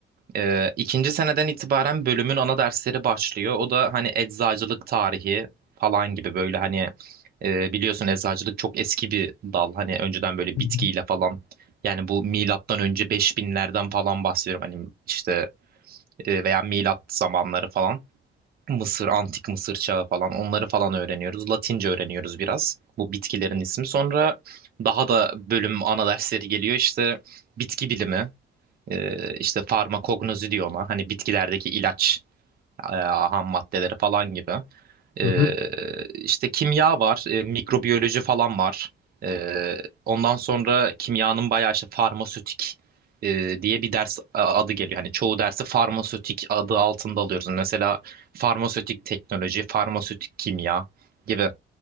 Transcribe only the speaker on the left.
Hı
hı.
Hı hı.